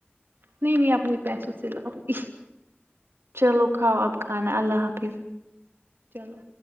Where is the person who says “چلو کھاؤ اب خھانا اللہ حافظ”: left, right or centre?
Right